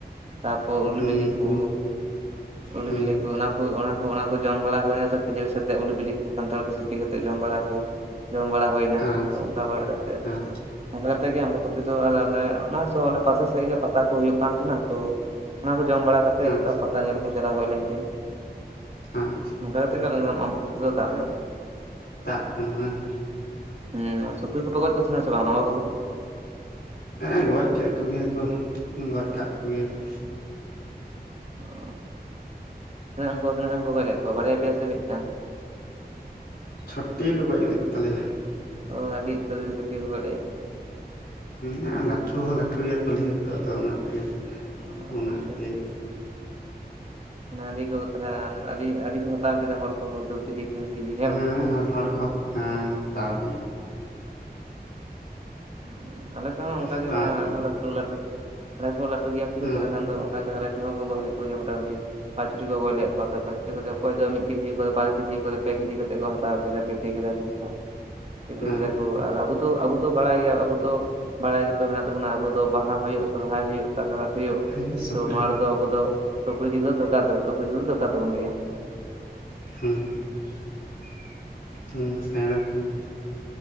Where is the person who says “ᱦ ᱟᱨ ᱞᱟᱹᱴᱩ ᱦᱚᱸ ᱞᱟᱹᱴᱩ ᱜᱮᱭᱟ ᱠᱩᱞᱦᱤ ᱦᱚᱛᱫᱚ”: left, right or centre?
Left